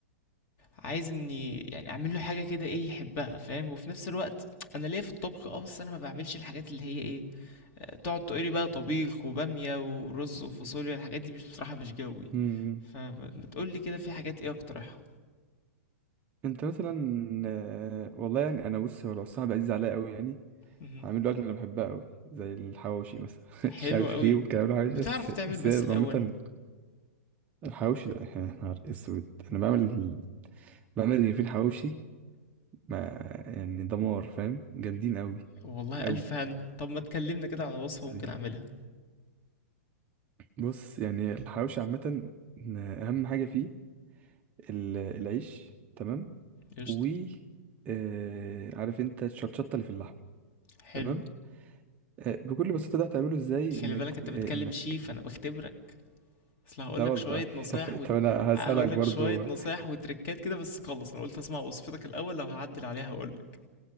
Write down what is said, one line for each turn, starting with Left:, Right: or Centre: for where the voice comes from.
Left: عايز اني يعني اعمل له حاجه كده ايه يحبها فاهم وفي نفس الوقت انا ليا في الطبخ اه بس انا ما بعملش الحاجات اللي هي ايه تقعد تقولي بقى طبيخ وبامية ورز وفاصوليا الحاجات دي مش بصراحة مش جوي
Right: مم.
Left: فما تقولي كده في حاجات ايه اقترحها
Right: انت مثلا آه، والله يعني انا بص هو لو صاحبي عزيز عليا قوي يعني
Left: مهم.
Right: هعمل له اكل انا بحبها قوي زي الحواوشي مثلا <laughs>
Left: حلو
Right: مش عارف
Left: قوي
Right: ليه وكلام الحواوشي
Left: بتعرف
Right: بس
Left: تعمل
Right: بس
Left: بس
Right: هي عامه
Left: الاول
Right: الحواوشي ده يا نهار اسود انا بعمل بعمل اللي في الحواوشي ما يعني دمار فاهم جامدين قوي
Left: والله
Right: قوي
Left: الف هنا طب ما تكلمنا كده على وصفة
Right: حبيبي
Left: ممكن اعملها
Right: بص يعني الحواوشي عامه آه، اهم حاجه فيه ال- العيش تمام
Left: قشطة
Right: و آه، عارف انت الشطشطه اللي في اللحم
Left: حلو
Right: تمام آه، بكل بساطه ده هتعمله ازاي انك
Left: خلي بالك انت
Right: آه،
Left: بتكلم
Right: انك
Left: شيف انا بختبرك اصل هقول
Right: لا
Left: لك
Right: والله
Left: شوية نصايح
Right: <laughs> طب,
Left: وت...
Right: طب انا
Left: هقول
Right: هسالك برضو
Left: لك شوية نصايح وتركات كده بس خلص انا قلت اسمع وصفتك الاول لو هعدل عليها هقول لك